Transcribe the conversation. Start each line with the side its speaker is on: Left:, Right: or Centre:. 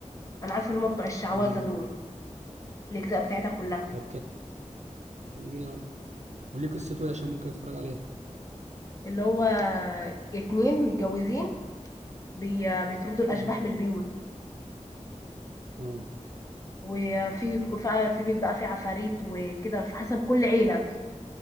Left: انا عارفه اللي هم بتوع الشعوذه
Right: امم
Left: دول الاجزاء بتاعتها كلها
Right: طب كان- كلميني عنه قولي قصته ايه عشان ممكن اتفرج عليه
Left: اللي هو اتنين متجوزين بي... بيطردوا الاشباح
Right: امم
Left: من البيوت
Right: اه
Left: وفي في بيت بقى فيه عفاريت وكده في حسب كل عيله